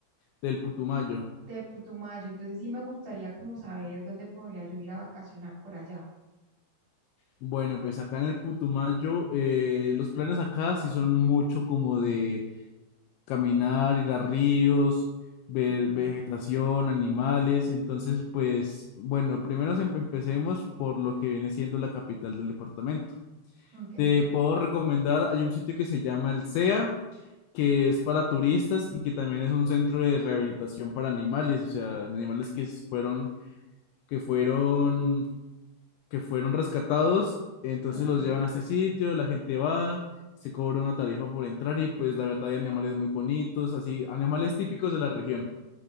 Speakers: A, on the left; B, on the right.
A: del Putumayo.
B: de Putumayo, entonces sí me gustaría como saber dónde podría yo ir a vacacionar por allá.
A: Bueno, pues acá en el Putumayo, eh, los planes acá sí son mucho como de caminar, ir a ríos, ver
B: Okay.
A: vegetación, animales. Entonces, pues, bueno, primero em- empecemos por lo que viene siendo la capital del departamento.
B: Okay.
A: Te puedo recomendar, hay un sitio que se llama el SEA, que es para turistas y que también es un centro de rehabilitación para animales, o sea, animales que s- fueron, que fueron que fueron rescatados, entonces
B: Okay.
A: los llevan a este sitio, la gente va, se cobra una tarifa por entrar y pues la verdad hay animales muy bonitos, así, animales típicos de la región.